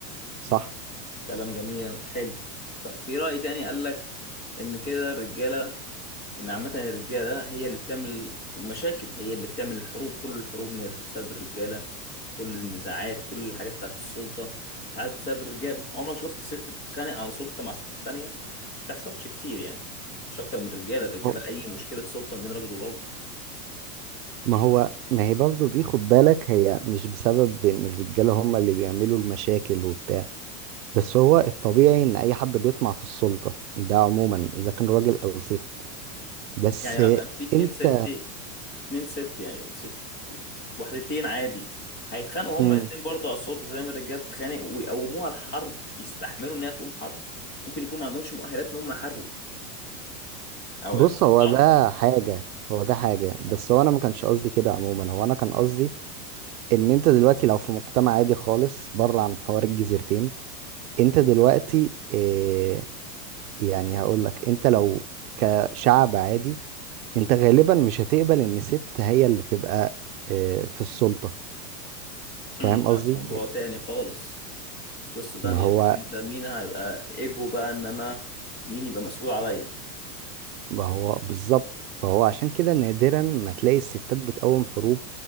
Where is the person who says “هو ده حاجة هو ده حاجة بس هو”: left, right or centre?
Right